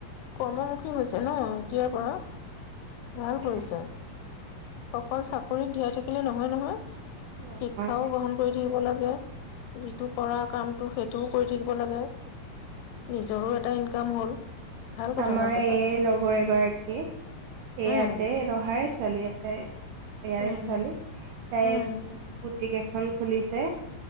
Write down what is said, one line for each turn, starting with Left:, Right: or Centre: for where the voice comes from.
Left: কৰ্মমুখী হৈছে ন এতিয়াৰ পৰা ভাল
Right: সেইটোৱে
Left: কৰিছা। অকল চাকৰি দিয়াই থাকিলে নহয়, নহয়।
Right: নহয়
Left: শিক্ষাও গ্ৰহণ কৰি থাকিব লাগে। যিটো কৰা কামটো সেইটোও কৰি থাকিব লাগে, নিজৰো এটা ইনকাম হ'ল। ভাল কথা
Right: আমাৰ
Left: ভাল কথা
Right: এ লগৰ এগৰাকী। ইয়াতে
Left: উম
Right: ৰহাৰ ছোৱালী। তে, উম। ইয়াৰে
Left: উম।
Right: ছোৱালী। তাই
Left: উম
Right: বহুত ভৌতিক এখন খুলিছে।